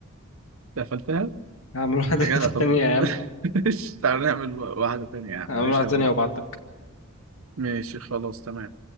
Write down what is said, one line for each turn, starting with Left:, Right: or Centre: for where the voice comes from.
Right: قفلتها
Left: هعمل واحده
Right: يا
Left: <laughs>
Right: جدع طب
Left: تانية يا عم
Right: <laughs> مش تعالى نعمل واحدة تانية يا عم
Left: هعمل
Right: مش
Left: واحده
Right: أنا
Left: تانية
Right: موافق.
Left: وابعتلك
Right: ماشي خلاص تمام